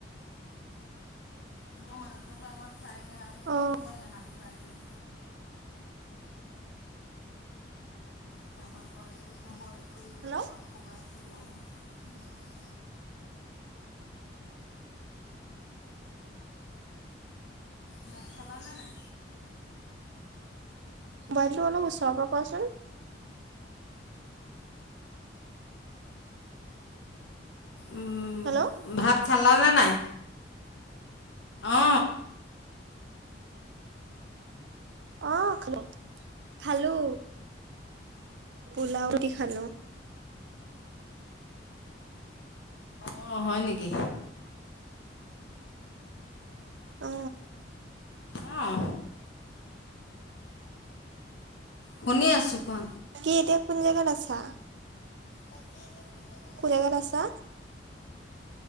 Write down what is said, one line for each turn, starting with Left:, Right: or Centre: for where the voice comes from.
Left: এই মাংসটো আগত ফ্ৰাই কৰি আউট কৰি
Right: অ
Left: থ'ব লাগে হাফ ফ্ৰাই কৰি <unintelligible> কৰি
Right: হেল্ল'?
Left: <unintelligible> ভাত খালা নে নাই?
Right: মোবাইলটো অলপ ওচৰৰ পৰা কোৱাচোন?
Left: উম'
Right: হেল্ল'
Left: ভাত খালানে নাই অ
Right: অ খালো খালো পোলাও দি খালোঁ
Left: অ' হয় নেকি?
Right: অ
Left: অঁ। শুনি আছোঁ কোৱা
Right: বাকী এতিয়া কোন জেগাত আছা
Left: বাকী এতিয়া কোন জেগাত
Right: <unintelligible> আছা